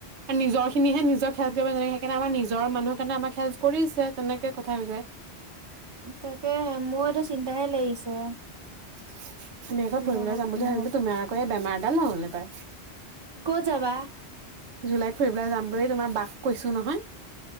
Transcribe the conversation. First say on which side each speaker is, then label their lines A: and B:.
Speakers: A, on the right; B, on the right.
A: আৰু নিজৰ খিনিয়েহে নিজক হেল্প কৰিব। তেনেকে সেইকাৰণে আমাৰ নিজৰ মানুহৰ কাৰণে আমাক হেল্প কৰিছে। তেনেকুৱা কথা হৈ যায়।
B: তাকে হে, মোৰ এতিয়া চিন্তাহে লাগিছে।
A: <unintelligible> আমি
B: কি
A: আকৌ ফুৰিবলৈ
B: হব
A: যাম
B: কি
A: বুলি
B: নহব
A: ভাবিলে তুমাৰ আকৌ এই বেমাৰডাল নহ'ল নে পায়।
B: ক'ত যাবা
A: জুলাইত ফুৰিবলৈ যাম বুলি তোমাৰ বাক কৈছো নহয়।